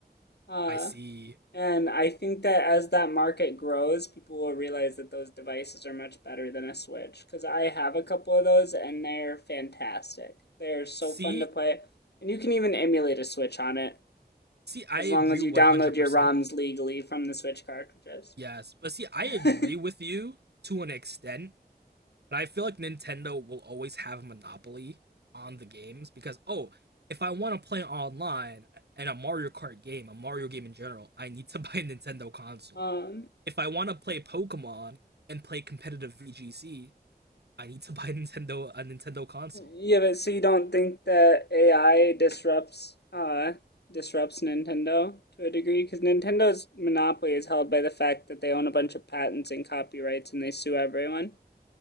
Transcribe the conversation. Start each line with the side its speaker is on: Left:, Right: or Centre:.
Left: Uh,
Right: I see.
Left: And I think that as that market grows, people will realize that those devices are much better than a Switch. Because I have a couple of those and they're fantastic. They're so
Right: See,
Left: fun to play. And you can even emulate a Switch on it
Right: see I
Left: as
Right: agree
Left: long as
Right: 100%.
Left: you download your ROMs legally from the Switch cartridges.
Right: Yes, but see I
Left: <laughs>
Right: agree with you to an extent But I feel like Nintendo will always have a monopoly on the games because oh, if I want to play online and a Mario Kart game, a Mario game in general, I need to <laughs> buy a Nintendo console.
Left: um,
Right: If I want to play Pokemon and play competitive VGC, I need to <laughs> buy Nintendo a Nintendo console.
Left: yeah, but so you don't think that AI disrupts uh, disrupts Nintendo to a degree because Nintendo's monopoly is held by the fact that they own a bunch of patents and copyrights and they sue everyone.